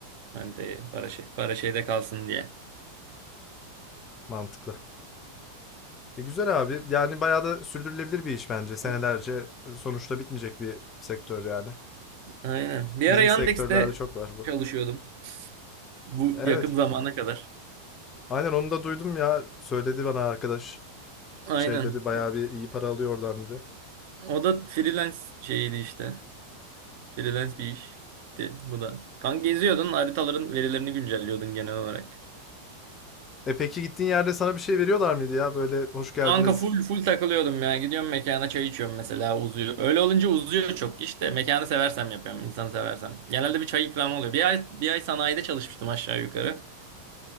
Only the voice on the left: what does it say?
Mantıklı. E güzel abi. Yani bayağı da sürdürülebilir bir iş bence. Senelerce
e, sonuçta bitmeyecek bir sektör yani.
Bizim
sektörlerde çok var bu.
Evet.
Aynen onu da duydum ya. Söyledi bana arkadaş.
Şey dedi bayağı
bir iyi para alıyor oradan dedi.
E peki gittiğin yerde sana bir şey veriyorlar mıydı ya? Böyle hoş geldiniz.